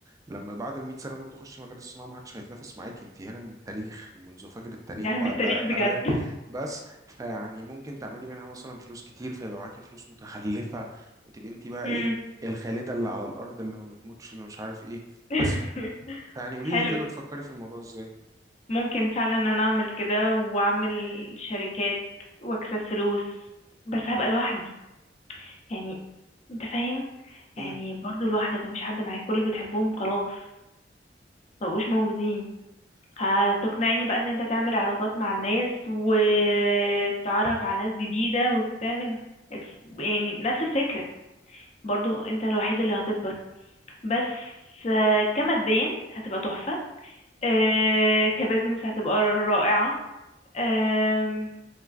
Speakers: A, on the right; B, on the left.
A: لما بعد ال 100 سنه دول تخشي مجال الصناعه ما حدش هيتنافس معاك انت هنا من التاريخ منذ فجر التاريخ
B: ده من
A: وعدى
B: التاريخ
A: آه،
B: بجد
A: بس فيعني ممكن تعملي منها مثلا فلوس كتير فيبقى معاكي فلوس متخلفه وتبقي انت بقى
B: امم
A: ايه الخالده اللي على الارض اللي ما بتموتش اللي مش عارف ايه
B: <laughs>
A: بس يعني قولي
B: حلو
A: لي كده بتفكري في الموضوع ازاي
B: ممكن فعلا ان انا اعمل كده واعمل شركات واكسب فلوس بس هبقى لوحدي يعني انت فاهم
A: امم
B: يعني برضو لوحدك مفيش حد معاك كل اللي بتحبهم خلاص مبقوش موجودين هتقنعني بقى ان انت تعمل علاقات مع الناس وتتعرف على ناس جديدة وتعمل يعني نفس الفكرة برضو انت الوحيد اللي هتكبر بس آه، كماديا هتبقى تحفة آه، كبزنس هتبقى رائعة آم،